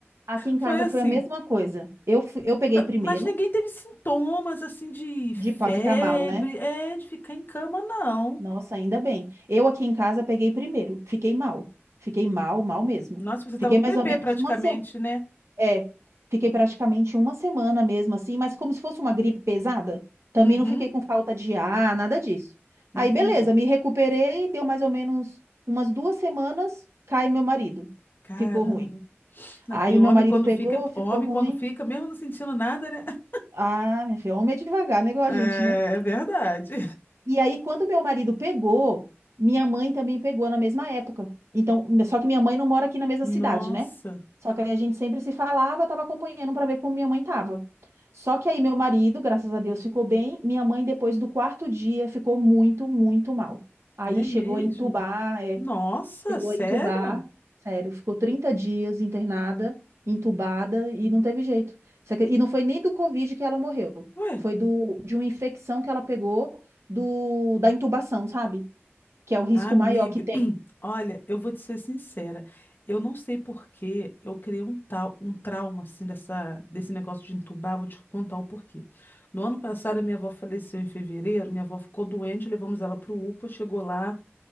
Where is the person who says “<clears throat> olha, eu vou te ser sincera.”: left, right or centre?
Left